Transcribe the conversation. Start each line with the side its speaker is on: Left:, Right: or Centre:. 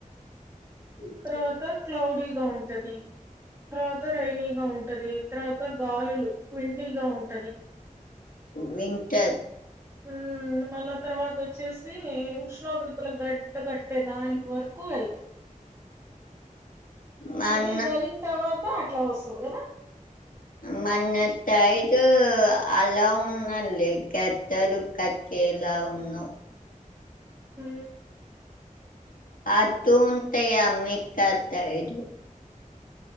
Left: ఆ
Right: తర్వాత క్లౌడీగా ఉంటది. తర్వాత రైైనీగా ఉంటది తర్వాత గాలులు విండిగా ఉంటది.
Left: వింటర్
Right: ఊ మళ్ళా తర్వాత ఒచ్చేసీ ఉష్ణోగ్రతలు గాడ్డా కట్టే దానిక్ వర్కు వెళ్తాయి
Left: మన
Right: అంటే ఇది అయిన్ తర్వాత అట్లా ఒస్తది గద
Left: మన తైదూ ఆలవాలే కద్దారు క ఏలా ఉన్నావ్
Right: హు
Left: ఆ తూ ఉంతయ అమ్మి కత్తయి ఇట్